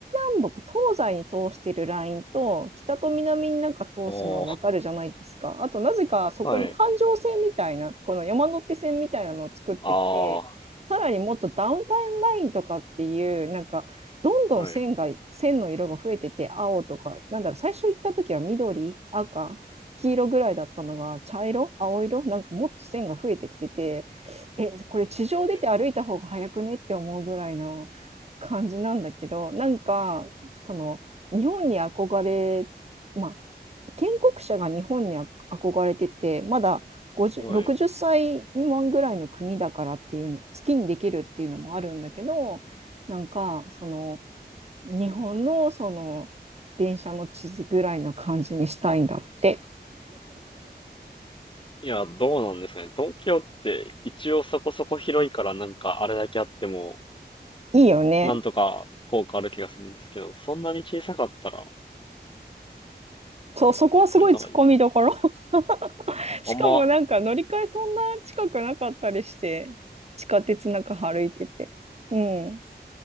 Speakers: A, on the right; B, on the left.
A: 西南北、東西に通してるラインと、北と南になんか通すのはわかるじゃないですか。
B: あ
A: あと、なぜかそこに環状線みたいな、
B: あ、はい。
A: この山手線みたいなのを作ってきて、
B: あ
A: さらにもっとダウンタウンラインとかっていう、なんか、どんどん線が、
B: あ、はい。
A: 線の色が増えてて、青とか、なんだろう、最初行った時は緑、赤、黄色ぐらいだったのが茶色青色なんかもっと線が増えてきててえこれ地上出て歩いた方が早くねって思うぐらいの感じなんだけどなんかその日本に憧れま
B: はい。
A: あ建国者が日本に憧れててまだ50
B: はい。
A: 60歳未満ぐらいの国だからっていう好きにできるっていうのもあるんだけどなんかその日本のその電車の地図ぐらいの感じにしたいんだって。
B: いや、どうなんですかね。東京って一応そこそこ広いからなんかあれだけあっても、
A: いいよね。
B: なんとか効果ある気がするんですけど、そんなに小さかったら、
A: そう、そこはすごい突っ込みどころ。
B: なんか
A: <laughs> しかもなんか乗り換えそんな近くなかったりして、
B: あんま
A: 地下鉄なんか歩いてて。うん。一